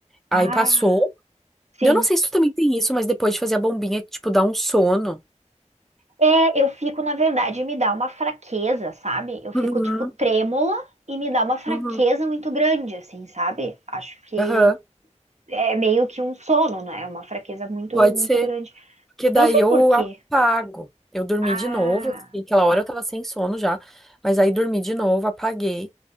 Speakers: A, in the centre; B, on the right.
A: Aí
B: Ah,
A: passou.
B: sim.
A: Eu não sei se tu também tem isso, mas depois de fazer a bombinha, que, tipo, dá um sono.
B: É, eu fico, na verdade, me dá uma fraqueza, sabe? Eu fico,
A: Uhum,
B: tipo, trêmula e me dá uma fraqueza
A: uhum,
B: muito grande, assim, sabe? Acho que
A: aham.
B: é meio que um sono, né? Uma fraqueza muito,
A: Pode
B: muito
A: ser.
B: grande.
A: Porque daí
B: Eu não sei
A: eu
B: por quê.
A: apago. Eu dormi
B: Ah,
A: de novo, assim, aquela hora eu tava sem sono já, mas aí dormi de novo, apaguei.